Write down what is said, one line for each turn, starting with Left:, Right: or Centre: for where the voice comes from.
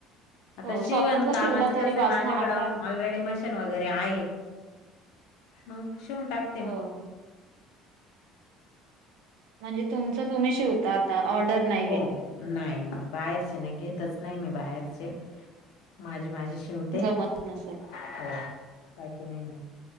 Left: आता
Right: हो
Left: शिवण
Right: स्वतःच
Left: कामाचं
Right: शिवलं तरी
Left: कसं आहे
Right: बास
Left: माझ्याकडं
Right: ना आता
Left: ऑलरेडी मशीन वगैरे आहे, मग शिवून टाक
Right: हो म्हणजे तुमचं तुम्ही शिवता आता ऑर्डर नाही
Left: हो
Right: घेत.
Left: नाही नाहीच बाहेरचे नाही घेतच नाही मी बाहेरचे, माझे माझे श शिवते.
Right: जमत नसेल
Left: <unintelligible>